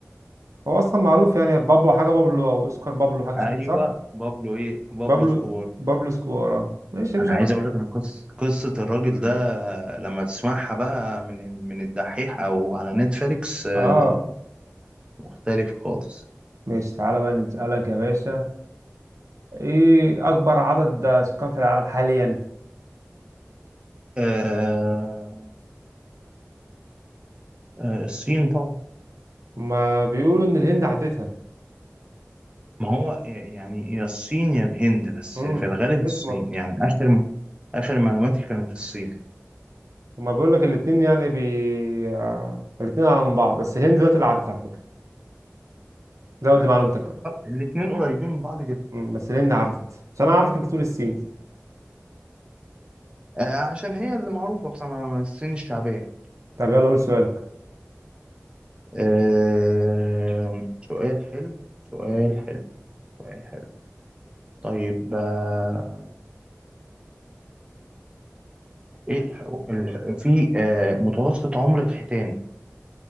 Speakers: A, on the right (about 85°); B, on the right (about 20°).
A: هو اصلا معروف يعني بابلو حاجه بابلو او اسكار بابلو حاجه شكل
B: أيوة
A: صح
B: بابلو إيه بابلو
A: بابلو
B: سكوار
A: بابلو سكوار اه ماشي يا
B: أنا
A: باشا
B: عايز أقول لك أن قصة قصة الراجل ده آه، لما تسمعها بقى من من الدحيح أو على نتفليكس آه،
A: اه
B: مختلف خالص
A: ماشي تعالى بقى نسألك يا باشا ايه اكبر عدد سكان في العالم حاليا
B: آه آه، الصين طبعا
A: هما بيقولوا ان الهند عدتها
B: ما هو يعني يا الصين يا الهند بس
A: امم
B: في الغالب الصين
A: ايش
B: يعني آخر م... آخر معلوماتي كانت الصين
A: هما بيقول لك الاتنين يعني بي آه، الاتنين اعلى من بعض بس الهند دلوقتي اللي عدت على فكرة زود لمعلومتك بقى
B: الاثنين قريبين من بعض جدا
A: مم، بس الهند عدت بس انا عارفك انت تقول الصين
B: آه، عشان هي اللي معروفة بصراحة الصين الشعبية
A: طب يلا قول سؤالك
B: آه، سؤال حلو سؤال حلو سؤال حلو طيب آه، ايه الح... الح... في آه، متوسط عمر الحيتان